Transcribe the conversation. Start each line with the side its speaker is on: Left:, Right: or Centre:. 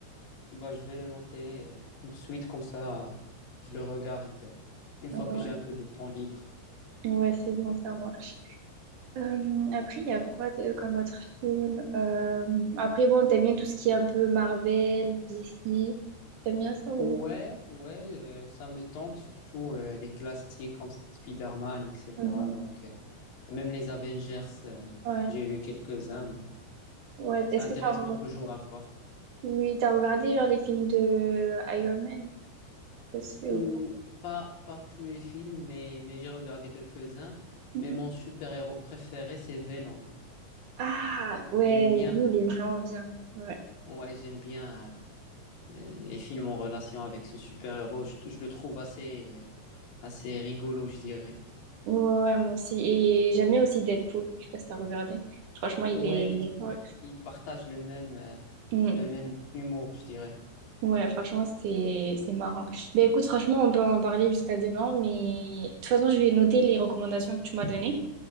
Left: bah, je vais le noter euh, tout de suite, comme ça, euh, je le regarde euh, une fois
Right: Ouais,
Left: que j'ai un peu de temps libre.
Right: ouais, c'est bon, ça marche. Euh, après, il y a quoi de- comme autre film? Euh, après, bon, t'aimes bien tout ce qui est un peu Marvel, DC. T'aimes bien ça ou...
Left: Ouais, ouais, euh, ça me tente, surtout euh, les classiques comme Spider-Man, etc.
Right: Mhm.
Left: Donc, euh, même les Avengers, euh,
Right: Ouais.
Left: j'ai vu quelques-uns, mais
Right: Ouais.
Left: c'est
Right: Est-ce
Left: intéressant
Right: que t'as re-
Left: toujours à voir.
Right: oui, t'as regardé genre les films de Iron Man aussi
Left: Ou
Right: ou pas
Left: pas, pas tous les films, mais, mais j'ai regardé quelques-uns.
Right: Mhm.
Left: Mais mon super-héros préféré, c'est Venom.
Right: Ah ouais,
Left: J'aime bien,
Right: lui il est vraiment bien. Ouais.
Left: ouais, j'aime bien euh, les films en relation avec ce super-héros, je, je le trouve assez, assez rigolo, je dirais.
Right: Ouais, ouais, moi aussi. Et j'aime bien aussi Deadpool. Je sais pas si t'as regardé. Franchement, il
Left: Ouais,
Right: est.
Left: Deadpool,
Right: Ouais,
Left: ils partagent le même, euh,
Right: Mm.
Left: le même humour, je dirais.
Right: Ouais, franchement, c'était c'était marrant. Mais écoute, franchement, on peut en parler jusqu'à demain, mais de toute façon, je vais noter les recommandations que tu m'as données.